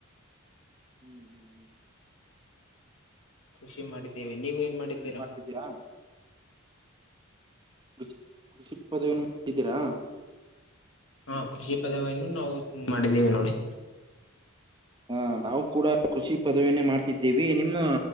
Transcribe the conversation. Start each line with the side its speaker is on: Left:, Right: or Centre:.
Right: ಹ್ಮ್ ಹ್ಮ್
Left: ಕೃಷಿ ಮಾಡಿದ್ದೇವೆ, ನೀವು ಏನ್ ಮಾಡಿದ್ದೀರಾ?
Right: ಇದ್ಯಾ? ಕೃಷಿ <unintelligible> ಪದವಿನ್ ಮಾಡಿದ್ದೀರಾ?
Left: ಹಾಂ ಕೃಷಿ ಪದವಿಯನ್ನು ನಾವು ಮಾಡಿದ್ದೇವೆ ನೋಡಿ.
Right: ಹಾಂ ನಾವು ಕೂಡ ಕೃಷಿ ಪದವಿಯನ್ನೇ ಮಾಡ್ತಿದ್ದೇವಿ ನಿಮ್ಮ